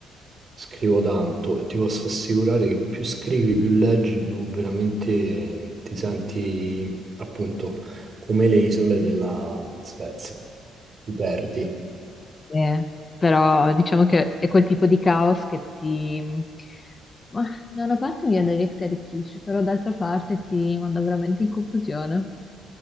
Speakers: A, on the right (about 40°); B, on the left (about 30°).
A: scrivo tanto e ti posso assicurare che più scrivi, più leggi, più veramente eh, ti senti appunto come le isole della Svezia, ti perdi.
B: Eh, però diciamo che è quel tipo di caos che ti... Ma, da una parte mi viene da dire che ti arricchisce, però d'altra parte ti manda veramente in confusione.